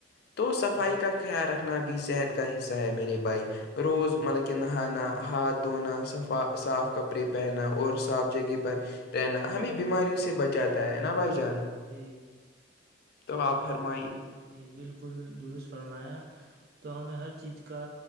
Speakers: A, on the left; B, on the right.
A: تو صفائی
B: جی
A: کا خیال رکھنا بھی صحت کا حصہ ہے میرے بھائی روز مطلب کہ نہانا ہاتھ دھونا صفا صاف کپڑے پہنا اور صاف جگہ پر رہنا ہمیں بیماریوں سے بچاتا ہے نا بھائی جان
B: جی
A: تو آپ بھرما
B: جی جی بالکل درست فرمایا تو ہمیں ہر چیز کا